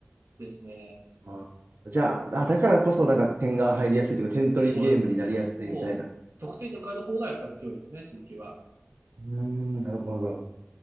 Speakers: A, on the right; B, on the right.
A: ですね。
B: あーじゃあ、あ、
A: うん、
B: だからこそなんか点が入りやすいというか、点取りゲームになりやすいみたいな。
A: そうですよ。もう、得点力ある方がやっぱり強いですね、水球は。
B: うーん、なるほど、
A: うん。
B: なるほど。